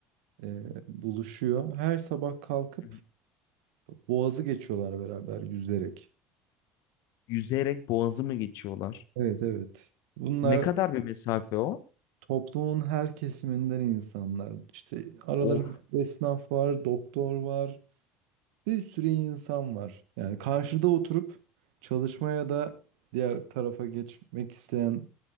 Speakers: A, on the right; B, on the left.
A: e, buluşuyor. Her sabah kalkıp
B: Hı hı.
A: Boğaz'ı geçiyorlar beraber yüzerek.
B: Yüzerek boğazı mı geçiyorlar?
A: Evet evet. Bunlar
B: Ne kadar bir mesafe o?
A: toplumun her kesiminden insanlar. İşte aralarında
B: Of.
A: esnaf var, doktor var, Bir sürü insan var. Yani karşıda oturup çalışmaya da diğer tarafa geçmek isteyen